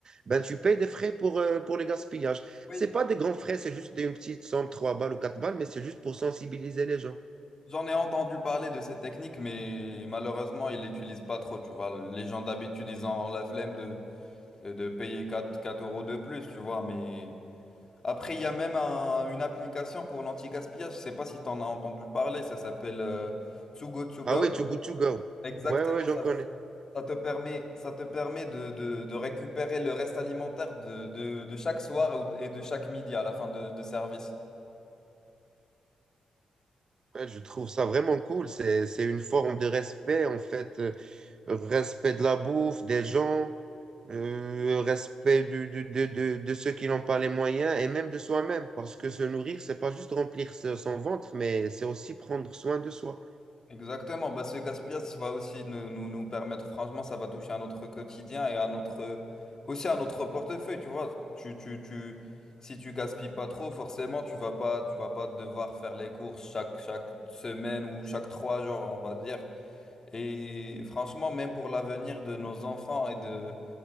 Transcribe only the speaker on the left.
Oui.
J'en ai entendu parler de ces techniques, mais malheureusement, ils l'utilisent pas trop, tu vois. Les gens d'habitude, ils ont la flemme de, de, de payer 4 4 euros de plus, tu vois, mais Après, il y a même un- une application pour l'anti-gaspillage. Je ne sais pas si tu en as entendu parler. Ça s'appelle euh, To Go To Go.
Exactement,
ça,
ça te permet, ça te permet de, de- de récupérer le reste alimentaire de, de- de chaque soir ou- et de chaque midi à la fin de de service.
Exactement, bah, ce gaspillage ça va aussi nous, nous, nous permettre, franchement, ça va toucher à notre quotidien et à notre, aussi à notre portefeuille, tu vois. Tu, tu, tu, si tu gaspilles pas trop, forcément, tu vas pas, tu vas pas devoir faire les courses chaque, chaque semaine ou chaque trois jours, on va dire. Et franchement, même pour l'avenir de nos enfants et de,